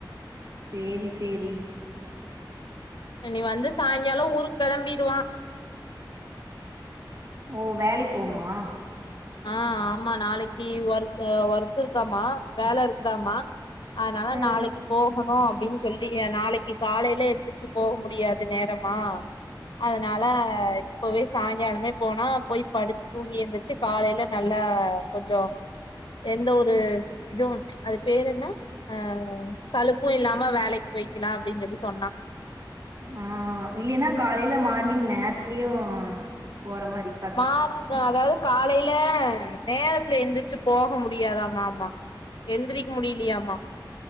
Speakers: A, on the right (about 50°); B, on the left (about 80°).
A: சேரி சேரி
B: இனி வந்து சாய்ங்காலோ ஊருக்கு கிளம்பிருவா
A: ஓ வேலைக் போணுமா
B: ஆ ஆமா நாளைக்கி ஒர்க் ஒர்க் இருக்காமா வேல இருக்குதாமா அதனால
A: ம்
B: நாளைக்கி
A: ம்
B: போகணு அப்டின்னு சொல் நீங்க நாளைக்கு காலைல எந்திரிச்சு போக முடியாது நேரமா அதனால இப்பவே சாய்ங்காலமே போனா போய் படு தூங்கி எந்திரிச்சு காலையில நல்லா கொஞ்சோ எந்த ஒரு ஸ் இதுவு அது பேரு என்ன அ சலுப்பு இல்லாம
A: ஏ
B: வேலைக்கு போய்க்கலா அப்டின்னு சொல்லி சொன்னா
A: ம் இல்லைன்னா காலையில மார்னிங் நேரத்துலயு போற மாறி க்கு
B: மாற்னுக்கு அதாவது காலையில நேரத்துல எந்திரச்சு போக முடியாத மாமா எந்திரிக்க முடியலையாமா